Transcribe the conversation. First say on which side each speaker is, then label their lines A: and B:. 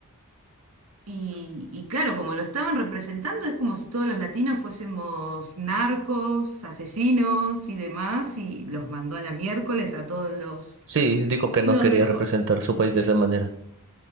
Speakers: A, on the right; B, on the right.
A: Y, y claro, como lo estaban representando, es como si todos los latinos fuésemos narcos, asesinos y demás, y los mandó a la miércoles a todos los...
B: Sí, dijo que
A: Los
B: no quería
A: dejó.
B: representar su país de esa manera.